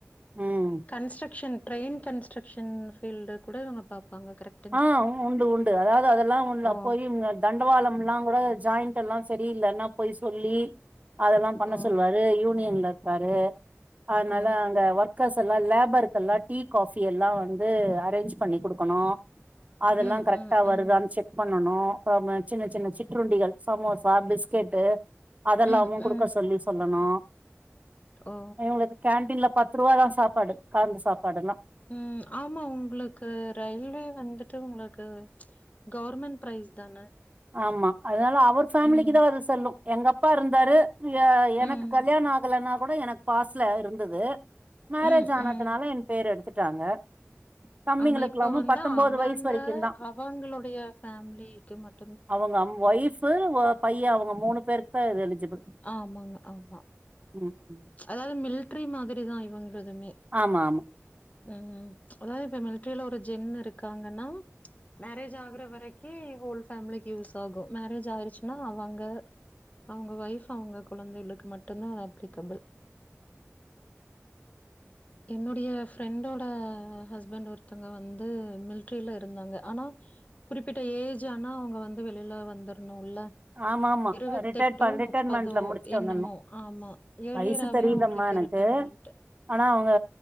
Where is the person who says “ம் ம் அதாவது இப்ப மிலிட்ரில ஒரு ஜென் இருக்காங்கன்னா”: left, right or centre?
Left